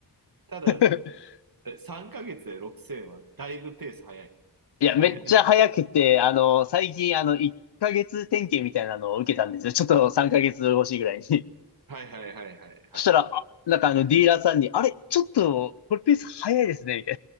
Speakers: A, on the right (about 55°); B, on the left (about 75°).
A: ただ、
B: <laughs>
A: 3ヶ月で6000はだいぶペース早い。
B: いや、
A: <laughs>
B: めっちゃ早くて、あの、最近、あの、1ヶ月点検みたいなのを受けたんですよ。ちょっと3ヶ月越しぐらいに。<laughs>
A: はいはいはいはいはい。
B: そしたら、あなんかあの、ディーラーさんに、あれ、ちょっと、これペース早いですね、みた